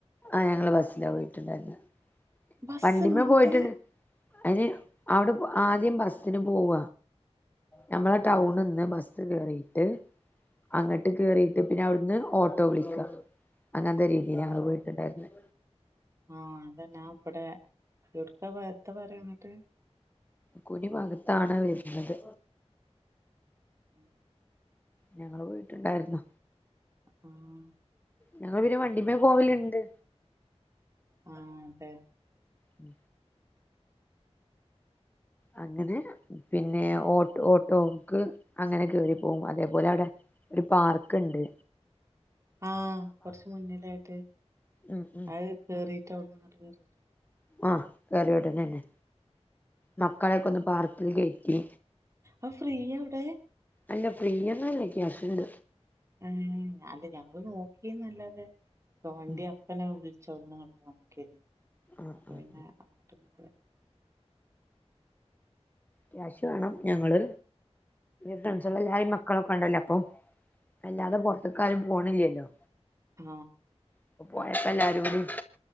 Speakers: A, on the left (about 15°); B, on the right (about 25°).
A: ആഹ ഞങ്ങള് ബസ്സിലാ പോയിട്ടുണ്ടായിരുന്നെ
B: ബസ്സുണ്ട്
A: വണ്ടിമ്മെ
B: അങ്ങട്ട്
A: പോയിട്ടുണ്ട് അയിന് അവിടെ ആദ്യം ബസ്സിന് പോവ ഞമ്മളെ ടൗണ്ന്ന് ബസ്സ് കേറിട്ട് അങ്ങട്ട് കേറിയിട്ട് പിന്നെ അവിടുന്ന് ഓട്ടോ വിളിക്കാ അങ്ങനത്തെ രീതിയിലാ
B: ഉം
A: ഞങ്ങള് പോയിട്ടുണ്ടായിരുന്നത്
B: ആഹ് അതന്നാ ആബ്ബടെ എടുക്ക എത്ത പറയാങ്ങട്ട്
A: കുനി ഭാഗത്താണ് വരുന്നത്
B: ഉം
A: ഞങ്ങള് പോയിട്ടുണ്ടായിരുന്നു
B: ആഹ്
A: ഞങ്ങള് പിന്നെ വണ്ടിമ്മെ പോവലുണ്ട്
B: ആ അതെ
A: ഉം അങ്ങനെ പിന്നെ ഓ ഓട്ടോക്ക് അങ്ങനെ യറി പോകും അതേപോലെ അവിടെ ഒരു പാർക്ക് ണ്ട്
B: ആഹ് കൊറച്ച് മുന്നിലായിട്ട്
A: ഉം ഉം
B: അത് കേറീട്ട അവിട്ന്നിങ്ങോട്ട് കേറി
A: ആ കയറിയ ഉടനെന്നെ മക്കളെയൊക്കെ ഒന്ന് പാർക്കി അത് കഴിക്കി
B: ആ ഫ്രീ എവിടെ
A: അല്ല ഫ്രീയൊന്നല്ല ക്യാഷ്ണ്ട്
B: ഏ അത് ഞങ്ങള് നോക്കിന്നല്ലാതെ അപ്പ വണ്ടി
A: ഉം
B: അപ്പനെ വിള ചൗട്ന്നങ്ങട്ട് കണക്കെയ്നു
A: ആഹ്
B: അപ്പൊ
A: ആഹ്
B: പിന്നെ അങ്ങോട്ട്ന്ന
A: ക്യാഷ് വേണം ഞങ്ങള് ഫ്രണ്ട്സാള് എല്ലാരിം മക്കളൊക്കെ ഉണ്ടല്ലോ അപ്പൊ വല്ലാതെ പൊർത്ത്ക്കാരും പോണില്ലല്ലോ
B: ആ
A: അപ്പൊ പോയപ്പോ എല്ലാരും കൂടി